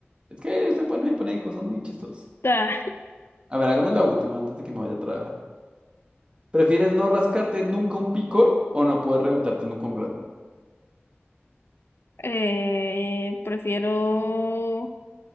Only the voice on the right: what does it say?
Es que usted pone, me pone ahí cosas muy chistosas.
A ver, hagamos la última antes de que me vaya a trabajar. ¿Prefieres no rascarte nunca un picor o no poder reventarte nunca un grano?